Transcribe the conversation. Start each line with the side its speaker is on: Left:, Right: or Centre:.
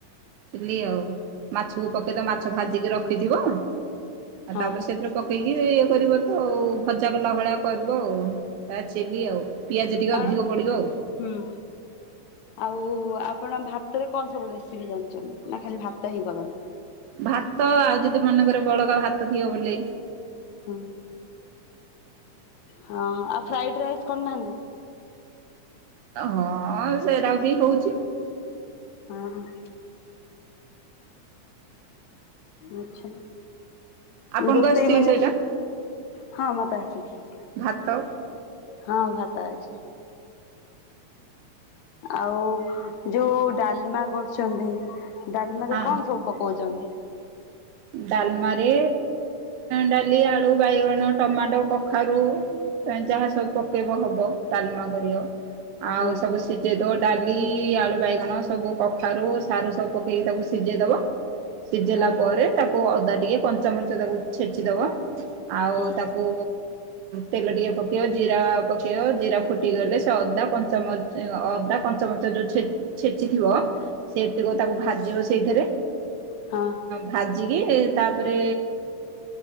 Right: ଚିଲି ଆଉ ମାଛକୁ ପକେଇଦବ ମାଛ ଭାଜିକି ରଖିଥିବ। ଆ
Left: ହଁ
Right: ତାପରେ ସେଥିରେ ପକେଇ ଇଏ ଏ-ଏ କରିବ ତ ଭଜା କଲା ଭଳିଆ କରିବ। ତା ଚିଲି ଆଉ ପିଆଜ ଟିକେ
Left: ଆଉ
Right: ଅଧିକ
Left: ମ୍ୟାଡ଼ାମ
Right: ପଡିବ।
Left: ହୁଁ। ଆଉ ଆପଣ ଭାତରେ କଣ ସବୁ ରେସିପି ଜାଣିଛନ୍ତି ନା ଖାଲି ଭାତ ହିଁ କରନ୍ତି?
Right: ଭାତ ଆଉ ଯ ଦି ମନେକର ବଳକା ଭାତ ଥିବ ବୋଲେ
Left: ହୁଁ ହଁ ଆଉ ଫ୍ରାଇଡ୍ ରାଇସ୍ କରୁ ନାହାନ୍ତି?
Right: ହଁ ସେଇଟା ବି ହୋଉଚି।
Left: ହଁ ହ <inaudible> ଆଛା।
Right: ଆପଣଙ୍କୁ
Left: ରୋଷେଇ
Right: ଆସିଛି
Left: ମାନେ
Right: ସେଇଟା
Left: ହଁ ମା ତାସିକ <unintelligible>
Right: ଭାତ
Left: ହଁ ଭାତା ଅଛି। ଆଉ ଯୋଉ ଡାଲମା କରୁ ଛନ୍ତି ଡାଲମାରେ
Right: ହଁ
Left: କଣ ସବୁ ପକାଉଛନ୍ତି?
Right: ଡାଲମାରେ ଡାଲି ଆଳୁ ବାଇଗଣ ଟମାଟୋ କଖାରୁ ଯାହା ସବୁ ପକେଇବ ହବ ଡାଲମା କରିବ। ଆଉ
Left: ହଁ
Right: ସବୁ ଶୀ ସିଝେଇଦ ଡାଲି ଆଳୁ ବାଇଗଣ ସବୁ କଫାରୁ ସାରୁ ସବୁ ପକେଇକି ତାକୁ ସିଝେଇ ଦବ। ସିଝେଇଲା
Left: ହଁ
Right: ପରେ ତାକୁ ଅଦା ଟିକେ କଞ୍ଚାମଚ ତାକୁ ଛେଚିଦବ ଆଉ
Left: ହଁ
Right: ତାକୁ ତେଲ ଟିକେ ପକେଇବ ଜିରା ପକେଇବ ଜିରା ଫୁଟିଗଲେ ସେ ଅଦା କଞ୍ଚାମରିଚ ଅଦା କଞ୍ଚାମରିଚ ଯେଉଁ ଛେଚିଥିବ ସେ ଏତିକ ତାକୁ ଭାଜିବ ସେଇଥିରେ
Left: ହଁ
Right: ହଁ ଭାଜିକି ତାପରେ